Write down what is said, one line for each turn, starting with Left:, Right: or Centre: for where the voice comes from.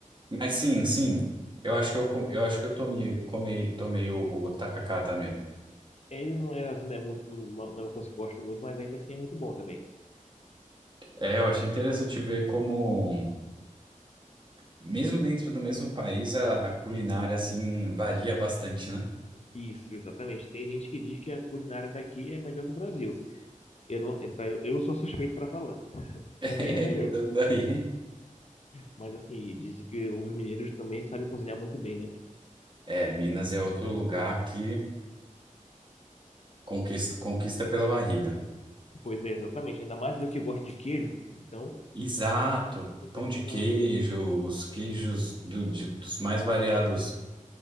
Right: Mas sim, sim. Eu acho que eu, com- eu acho que eu tomei, comei, tomei o, o tacacá também.
Left: É, Ele não é assim, né? Muito, não não é uma coisa que eu gosto muito, mas ainda assim é muito bom também.
Right: É, eu achei interessante ver como, mesmo dentro do mesmo país, a, a culinária assim varia bastante, né? <laughs>
Left: Isso, exatamente. Tem gente que diz que a culinária daqui é a melhor do Brasil. Eu não, pra- eu, eu sou suspeito para falar. <laughs> Para
Right: É,
Left: mim é melhor.
Right: tanto daí.
Left: Mas assim, dizem que os mineiros também sabem cozinhar muito bem, né?
Right: É, Minas é outro lugar que conquista, conquista pela barriga.
Left: Pois é, exatamente. Ainda mais eu que gosto de queijo. Então,
Right: Exato,
Left: um pouco de queijo
Right: pão de
Left: ali,
Right: queijo,
Left: meu amigo.
Right: os queijos do- de- dos mais variados